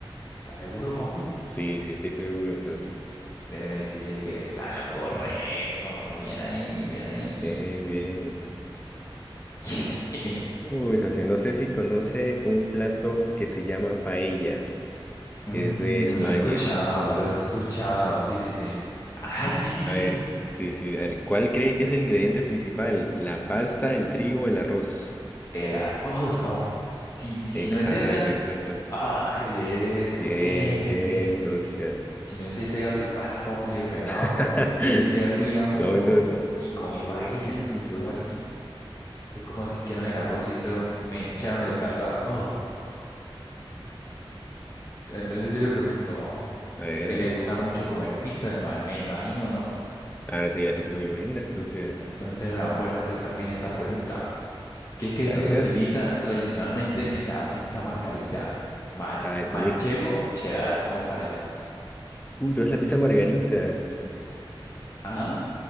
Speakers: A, on the left (about 35°); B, on the left (about 15°).
A: ¿Estás seguro, papu?
B: Sí, sí, estoy seguro, eso sí.
A: Déjeme decirle que está en lo correcto. Bien ahí, bien ahí.
B: Bien, bien.
A: <laughs>
B: Uy, socio, no sé si conoce un plato que se llama paella,
A: Mm,
B: que es de España.
A: lo he escuchado, lo he escuchado. Sí, sí, sí. Ah, sí, sí, sí,
B: A ver,
A: sí.
B: sí, sí, a ver, ¿cuál cree que es el ingrediente principal? ¿La pasta, el trigo, el arroz?
A: El arroz, papu. Si, si si
B: Exacto,
A: no es esa.
B: exacto.
A: Ay, eso,
B: Bien,
A: bien,
B: bien,
A: bien.
B: socio.
A: Si no es esa, iba a su casa, papu, y le pegaba,
B: <laughs>
A: porque es que yo ya fui a uno
B: No, no, no.
A: y comí paella,
B: ¿Cómo así,
A: entonces,
B: socio?
A: ¿cómo así? ¿Cómo así que no es el arroz y eso me hincharon el plato de arroz? Entonces yo le pregunto, "Oh,
B: A
A: ¿usted
B: ver,
A: que
B: a
A: le
B: ver.
A: gusta mucho comer pizza? Me ima- me imagino, ¿no?
B: Ah, sí, la pizza es muy buena, socio.
A: Entonces me va a poder contestar bien esta pregunta. ¿Qué queso
B: A ver.
A: se utiliza tradicionalmente en la pizza margarita? Ma-
B: Ah, está
A: manchego,
B: muy
A: cheddar, mozzarella.
B: full, pero es la pizza margarita.
A: Ajá,